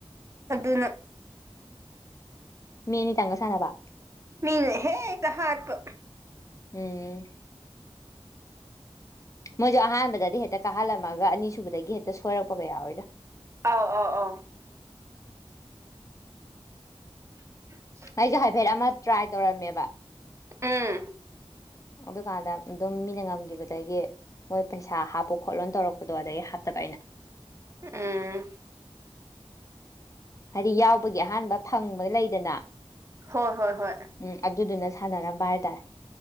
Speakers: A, on the right; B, on the left.
A: ꯑꯗꯨꯅ
B: ꯃꯤ ꯑꯅꯤ ꯇꯪꯒ ꯁꯥꯟꯅꯕ
A: ꯃꯤꯅ ꯍꯦꯛꯇ ꯍꯥꯠꯄ
B: ꯑꯨꯝ ꯃꯣꯏꯁꯨ ꯑꯍꯥꯟꯕꯗꯗꯤ ꯍꯦꯛꯇ ꯀꯥꯍꯜꯂꯝꯃꯒ ꯑꯅꯤꯁꯨꯕꯗꯒꯤ ꯍꯦꯛꯇ ꯁꯣꯏꯔꯛꯄꯒ ꯌꯥꯎꯏꯗ
A: ꯑꯥꯎ ꯑꯥꯎ ꯑꯥꯎ <unintelligible>
B: ꯑꯩꯖꯨ ꯍꯥꯏꯐꯦꯠ ꯑꯃ ꯇ꯭ꯔꯥꯏ ꯇꯧꯔꯝꯃꯦꯕ
A: ꯑꯨꯝ
B: ꯑꯗꯨꯀꯥꯟꯗ ꯑꯗꯨꯝ ꯃꯤꯅ ꯉꯝꯈꯤꯕꯗꯒꯤ ꯃꯣꯏ ꯄꯩꯁꯥ ꯍꯥꯞꯄꯨ ꯈꯣꯠꯂꯣꯅ ꯇꯧꯔꯛꯄꯗꯣ ꯑꯗꯒꯤ ꯍꯥꯞꯇꯕ ꯑꯩꯅ
A: ꯑꯨꯝ
B: ꯍꯥꯏꯔꯤ ꯌꯥꯎꯕꯒꯤ ꯑꯍꯥꯟꯕ ꯐꯪꯕ ꯂꯩꯗꯅ
A: ꯍꯣꯏ ꯍꯣꯏ ꯍꯣꯏ
B: ꯎꯝ ꯑꯗꯨꯗꯨꯅ ꯁꯥꯟꯅꯔꯝꯕ ꯍꯥꯏꯇꯥꯔꯦ